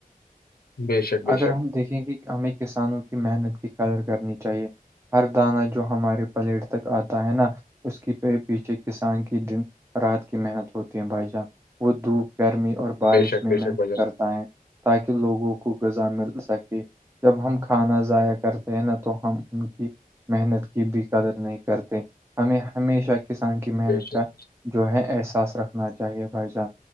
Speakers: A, on the left; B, on the right.
A: بے شک بے
B: اگر
A: شک
B: ہم دیکھیں گے ہمیں کسانوں کی محنت کی قدر کرنی چاہیے ہر دانہ جو ہمارے پلیٹ تک آتا ہے نا اس کی پیچھے کسان کے دن رات کی محنت ہوتی ہے بھائی جان وہ دھوپ گرمی اور بارش
A: بے شک
B: میں
A: بے
B: محنت
A: شک بھائی جان
B: کرتا ہے تاکہ لوگوں کو غذا مل سکے جب ہم کھانا ضائع کرتے ہیں نا تو ہم ان کی محنت کی بھی قدر نہیں کرتے ہمیں ہمیشہ کی کسان کی محنت
A: بے شک
B: کا جو ہے احساس رکھنا چاہیے بھائی جان